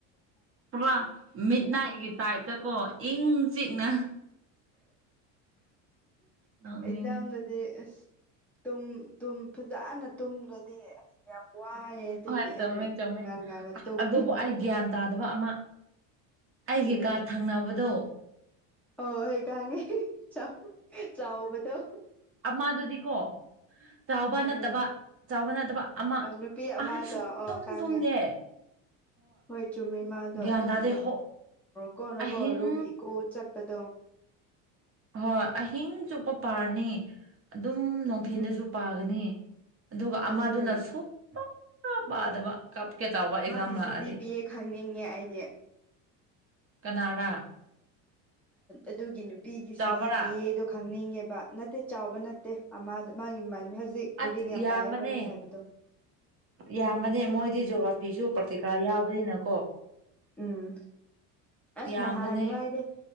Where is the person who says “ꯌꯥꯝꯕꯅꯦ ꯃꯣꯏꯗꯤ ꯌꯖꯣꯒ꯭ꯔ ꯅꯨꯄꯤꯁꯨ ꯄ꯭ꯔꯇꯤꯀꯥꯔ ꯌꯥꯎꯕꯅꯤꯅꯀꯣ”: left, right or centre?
Right